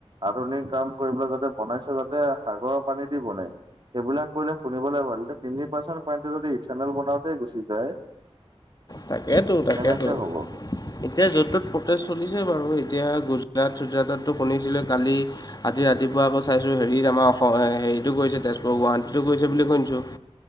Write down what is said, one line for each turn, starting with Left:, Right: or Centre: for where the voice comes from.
Right: আধুনিক কাম কৰিব যাতে বনাইছে তা সাগৰৰ পানী দি বনাই, সেইবিলাক কৰিলে শুনিবলে ভাল এতিয়া তিনি পাৰ্চেণ্ট পানীটো যদি ইথানেল বনাওতে গুচি যায়
Left: তাকেতো, তাকেতো।
Right: কেনেকে হ'ব
Left: এতিয়া য'ত- ত'ত প্ৰটেছ চলিছে বাৰু এতিয়া গুজৰাট-চুজৰাটতো শুনিছিলোএ কালি আজি ৰাতিপুৱা আকৌ চাইছোঁ হেৰিত আমাৰ অসম হেৰিটো গৈছে তেজপুৰ, গুৱাহাটীতো গৈছে বুলি শুনিছোঁ।